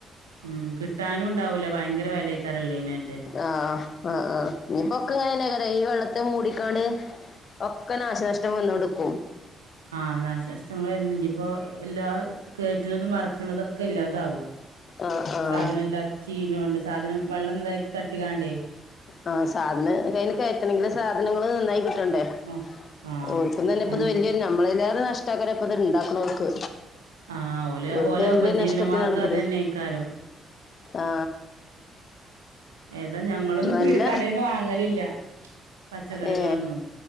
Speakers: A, on the right; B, on the left.
A: ഉം കിട്ടാനും ഉണ്ടാവൂല ഭയങ്കര വിലയക്കാറല്ലേ ഇനാറ്റേ
B: ആഹ് ആഹ് ആഹ് ഇനിയിപ്പോ <unintelligible> ഈ വെള്ളത്തെ മൂടിക്കാണ്ട് ഒക്കെ നാശനഷ്ടം വന്നൊണ്ട്ക്കും
A: ആഹ് നാശനഷ്ടങ്ങളും എ ഇനിപ്പോ എല്ലാ കേറ്റണതും ഇറക്കണതൊ ക്കല്ലാതാവും
B: ആഹ് ആഹ്
A: സാധനം എല്ലാം ചീയണൊണ്ട് സാധനം വെള്ളം <unintelligible> തട്ടിക്കാണ്ടേ
B: ആഹ് സാധനം കയ്യിൽ കയറ്റണെങ്കില് സാധനങ്ങള് നന്നായി കിട്ടണ്ടേ
A: ആഹ് ആഹ്
B: ഓ <unintelligible> ഇത്
A: അനി
B: വല്ല്യൊരു <unintelligible> കഷ്ടാക്കരപ്പ ഇത് ഇണ്ടാക്കണോർക്ക്
A: ആഹ് ഓലെ
B: ഇവിടുത്തെ
A: ഓലെ ഉപജീവനമാർഗം
B: <unintelligible> നഷ്ടത്തിനാണ്പ്പത്
A: അതന്നെയ്ക്കാരം
B: ആ
A: ഏതാ ഞങ്ങളൊന്നും
B: നല്ല
A: പീട് കടെന്ന് വാങ്ങലില്ല പച്ചക്കറികളൊന്നും
B: ഏ